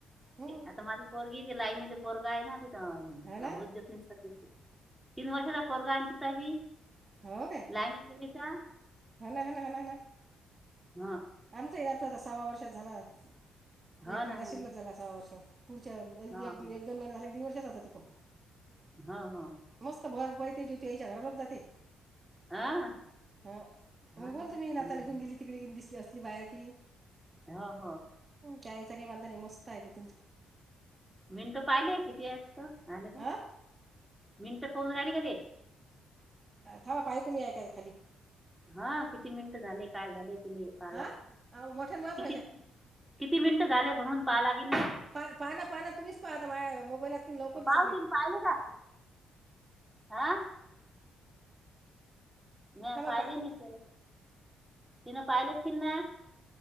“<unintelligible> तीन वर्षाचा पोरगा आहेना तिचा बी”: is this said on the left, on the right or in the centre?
Centre